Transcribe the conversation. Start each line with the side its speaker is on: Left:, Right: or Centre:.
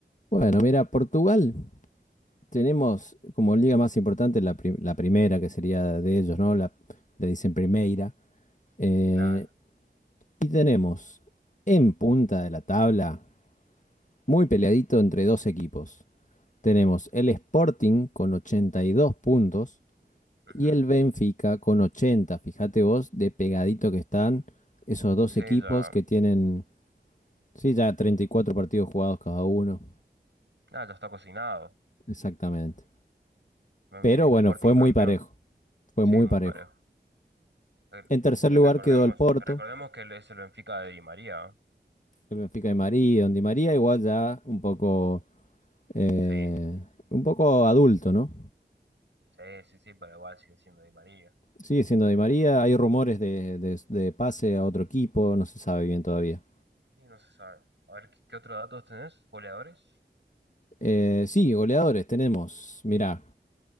Left: Bueno, mira, Portugal Tenemos como liga más importante la, pri- la primera, que sería de ellos, ¿no? La, le dicen Primeira. Eh,
Right: Claro.
Left: y tenemos en punta de la tabla, muy peleadito entre dos equipos. Tenemos el Sporting con 82 puntos
Right: ujú.
Left: y el Benfica con 80. Fíjate vos de pegadito que están esos dos
Right: Sí,
Left: equipos
Right: ya
Left: que tienen, sí, ya 34 partidos jugados cada uno.
Right: Ah, ya está cocinado.
Left: Exactamente.
Right: Me-
Left: Pero
Right: eh,
Left: bueno,
Right: Sporting
Left: fue
Right: campeón.
Left: muy parejo. Fue
Right: Sí,
Left: muy
Right: muy
Left: parejo.
Right: parejo. Eh,
Left: En tercer
Right: eh,
Left: lugar
Right: recordemos,
Left: quedó el Porto,
Right: recordemos que es el Benfica de Di María. ¿eh?
Left: el Benfica de María, donde María igual ya un poco, eh,
Right: Sí,
Left: un poco adulto, ¿no?
Right: sí, sí, sí, pero igual sigue siendo Di María.
Left: Sigue siendo de María, hay rumores de, de- de pase a otro equipo, no se sabe bien todavía.
Right: Y no se sabe. A ver, ¿qué, qué otros datos tenés? ¿Goleadores?
Left: Eh, sí, goleadores tenemos, mirá.